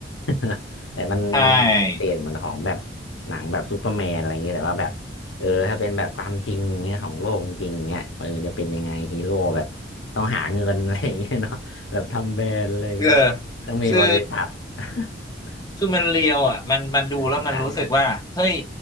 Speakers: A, on the left; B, on the left.
A: <laughs> แต่มันมันมันเปลี่ยนเหมือนของแบบ
B: ใช่
A: หนังแบบซูเปอร์แมนอะไรอย่างนี้แต่ว่าแบบเออถ้าเป็นแบบความจริงเนี่ยของโลกจริงๆเนี่ยเออจะเป็นยังไงฮีโร่แบบต้องหาเงิน <laughs> อะไรอย่างเงี้ยเนาะแบบทำแบรนด์อะไรอย่างนี้
B: เออ
A: ต้องมีบริษัท
B: คือ
A: <laughs>
B: คือมันเรียวอ่ะมันมันดูแล้วมันรู้สึกว่าเฮ้ย
A: ใช่ใช่